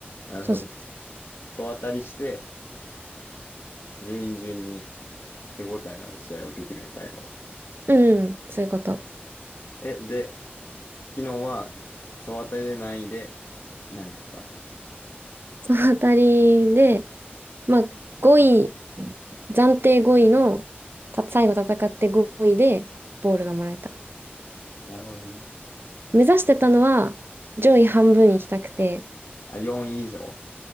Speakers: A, on the left; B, on the right.
A: なるほど。
B: そうそ
A: 総当たりして、順位順に手応えのある試合をできるね、最後。
B: う。うん、そういうこと。
A: え、で、昨日は、総当たりで何位で、何位やったの
B: そのあたりで、まあ、5位、暫定5位の、た最後戦って5位で、ボールがもらえた。
A: なるほどね。
B: 目指してたのは、上位半分行きたくて、
A: あ、4位以上。うん